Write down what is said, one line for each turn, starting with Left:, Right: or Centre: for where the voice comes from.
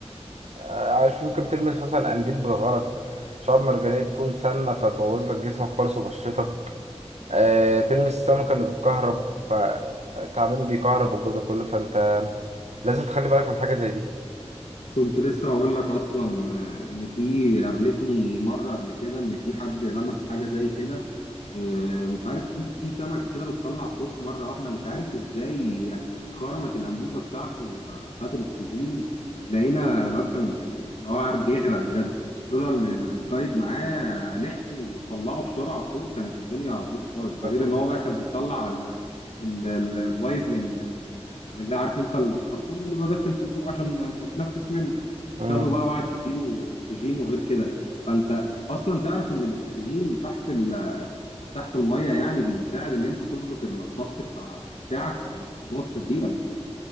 Right: آه، عارف ممكن تلمس مثلا قنديل بالغلط شعاب مرجانية تكون سامة فتبوظ لك جسمك خالص وبشرتك أه تلمس السمكة اللي بتكهرب فالتعبان بيكهرب والجو ده كله فانت لازم تخلي بالك من حاجة زي دي
Left: كنت لسه هقول لك اصلا آه، ان في قابلتني مره قبل كده ان في حد لمس حاجه زي كده آه، مش عارف في في سمكه كده بتطلع شوك مره واحده مش عارف ازاي خرمت الانبوبه بتاعته آه، بتاعت الاكسجين لقينا الواد كان بي- اللي هو عارف بيغرق بجد لولا ان الجايد معاه لحقه وطلعه بسرعه فوق كانت الدنيا هتبوظ خالص ده
Right: فهمت.
Left: غير ان هو بقى كان بيطلع ال- ال- ال- الفايب من من يعني اللي عارف انت الخرطوم اللي بقى داخل في البق عشان نتنفس منه
Right: مم.
Left: خده بقى وقعد يديله اكسجين وغير كده فانت اصلا تعرف ان الاكسجين تحت ال تحت المية يعني بيساعد ان انت تظبط الضغط بتاع بتاعك في النقطة دي ولا ايه؟